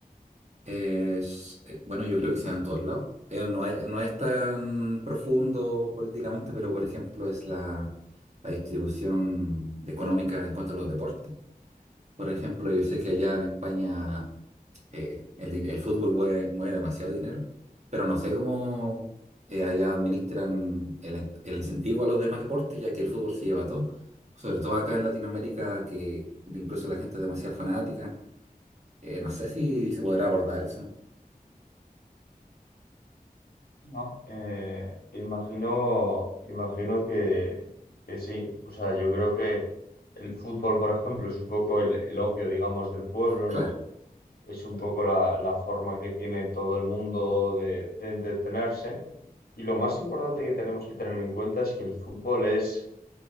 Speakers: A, on the right; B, on the left.
A: es, eh, bueno, yo creo que se da en todos lados. Eh, no es, no es tan profundo políticamente, pero por ejemplo es la, la distribución económica en cuanto a los deportes. Por ejemplo, yo sé que allá en España eh, el, di- el fútbol mueve, mueve demasiado dinero, pero no sé cómo eh, allá administran el, in- el incentivo a los demás deportes, ya que el fútbol se lleva todo, sobre todo acá en Latinoamérica, que incluso la gente es demasiado fanática. Eh, no sé si se podrá abordar eso.
B: No, eh, imagino, imagino que, que sí. O sea, yo creo que El fútbol, por ejemplo, es un poco el, el opio, digamos, del pueblo,
A: <laughs> Claro,
B: ¿no? Es un poco la, la forma que tiene todo el mundo de, de entretenerse. Y lo más importante que tenemos que tener en cuenta es que el fútbol es,